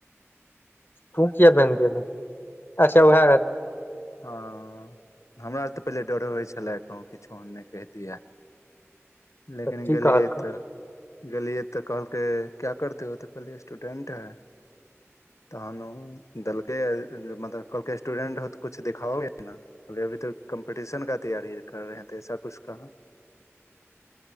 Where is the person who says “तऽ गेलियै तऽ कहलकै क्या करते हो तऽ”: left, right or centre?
Left